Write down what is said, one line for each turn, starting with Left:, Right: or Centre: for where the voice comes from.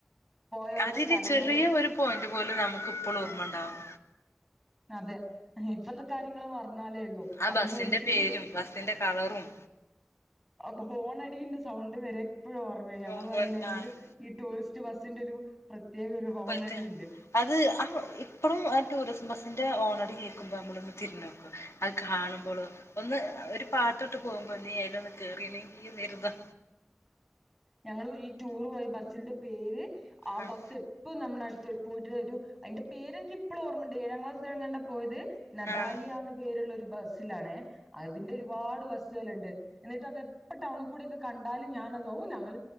Centre: പോയ ഓരോ
Left: അതില്
Centre: സ്ഥലങ്ങളും
Left: ചെറിയ ഒരു പോയിന്റ് പോലും നമുക്ക് ഇപ്പോൾ ഓർമ്മണ്ടാവും.
Centre: അതെ ഇപ്പത്തെ കാര്യങ്ങള് മറ ന്നാലേള്ളൂ.
Left: ആ
Centre: അതൊന്നും
Left: ബസ്സിന്റെ
Centre: ഒരിക്കലും
Left: പേരും ബസ്സിന്റെ കളറും
Centre: അപ്പ ഹോണടീന്റെ സൗണ്ട് വരെ ഇപ്പഴും ഓർമ്മയാ. ഞങ്ങൾ
Left: ആഹ്
Centre: പറയിണ് അതിന്റെ ഒരു ഈ ടൂറിസ്റ്റ് ബസ്സിന്റെ ഒരു പ്രത്യേക ഒരു ഹോണടിണ്ട്
Left: പ്പ ക്ക അത് ആ ഇപ്പഴും ആ ടൂറിസ് ബസ്സി ന്റെ ഹോണടി കേൾക്കുമ്പോ നമ്മളൊന്ന് തിരുഞ്ഞോക്കും അത് കാണുമ്പോളോ ഒന്ന് ഒരു പാട്ടിട്ട് പോകുമ്പോ ഞ്ഞി അയിലൊന്ന് കേറില്ലെങ്കിന്നായിരുന്ന്
Centre: ഞങ്ങളും ഈ ടൂർ പോയ ബസ്സിന്റെ പേര് ആ
Left: ആഹ്
Centre: ബസ് എപ്പ നമ്മുടെ അടുത്ത് പോയിട്ട് ഒരു അയിന്റെ പേര് എനിക്ക് ഇപ്പളും ഓർമ്മണ്ട്. ഏഴാം ക്ലാസ് വരെ എങ്ങാണ്ട പോയത്. നദാലിയാന്ന്
Left: ആഹ്
Centre: പേരുള്ള ഒരു ബസ് ത്തിലാണേ അതിന്റെ ഒരുപാട് ബസ്സുകൾണ്ട് എന്നിട്ട് അത് എ പ്പ ടൗണിക്കൂടെയൊക്കെ കണ്ടാലും ഞാനത് ഓ ഞ